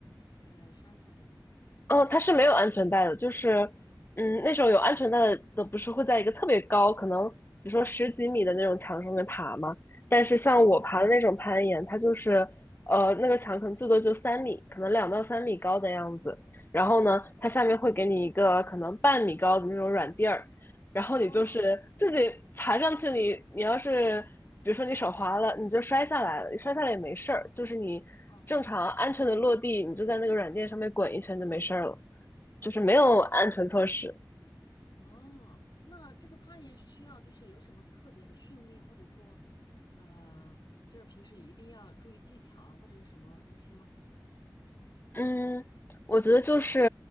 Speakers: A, on the left; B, on the left.
A: 呃，拴起来的。
B: 嗯，它是没有安全带的，就是，嗯，那种有安全带的的不是会在一个特别高，可能比如说十几米的那种墙上面爬吗？但是像我爬的那种攀岩，
A: 啊，
B: 它就是，呃，那个墙可能最多就三米，可能两到三米高的样子。然后呢，它下面会给你一个可能半米高的那种软垫儿，然后你就是自己爬上去你，
A: 哦，
B: 你要是比如说你手滑了，
A: 不行了，又，
B: 你就摔下来了，你摔下来也没事儿，就是你正常安全的落地，
A: 哦。
B: 你就在那个软垫上面滚一圈就没事儿了，就是没有安全措施。
A: 哦，哦，那这个攀岩需要就是有什么特别的训练，或者说，呃，就是平时一定要注意技巧啊，或者是什么东西吗？
B: 嗯，我觉得就是，